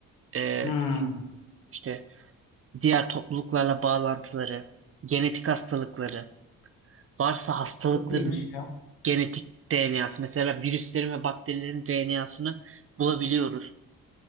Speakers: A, on the right; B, on the left.
A: e,
B: Hı.
A: işte diğer topluluklarla bağlantıları, genetik hastalıkları, varsa hastalıkların
B: Çok iyiymiş ya.
A: genetik DNA'sı, mesela virüslerin ve bakterilerin DNA'sını bulabiliyoruz.